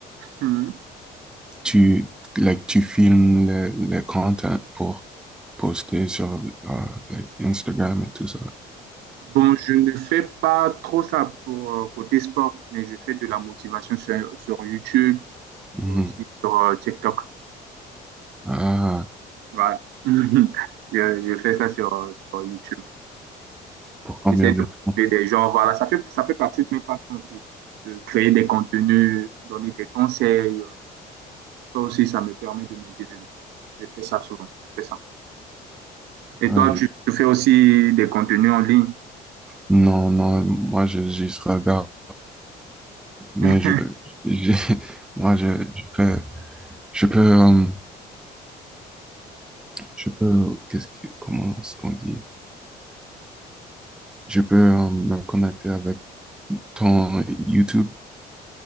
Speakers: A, on the right (about 75°); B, in the centre.
A: Mhm.
B: Tu, like, tu filmes le, le content pour poster sur euh, like Instagram et tout ça.
A: Bon, je ne fais pas trop ça pour euh, côté sport, mais je fais de la motivation sur, sur YouTube
B: Mhm.
A: et aussi sur euh, TikTok.
B: Ah,
A: Voilà. <laughs> Je, je fais ça sur, euh, sur YouTube.
B: pour combien
A: J'essaie
B: de
A: de motiver
B: temps?
A: des gens. Voilà, ça fait, ça fait partie de mes passions aussi. De créer des contenus, donner des conseils. Ça aussi, ça me permet de me développer. Je fais ça souvent. Je fais ça. Et
B: Ah,
A: toi, tu, tu fais aussi des contenus en ligne.
B: non, non, moi, je juste regarde. Mais
A: <laughs>
B: je peux, je- <laughs> moi, je, je peux, je peux, euh, je peux, qu'est-ce que, comment est-ce qu'on dit? Je peux euh, me connecter avec ton YouTube,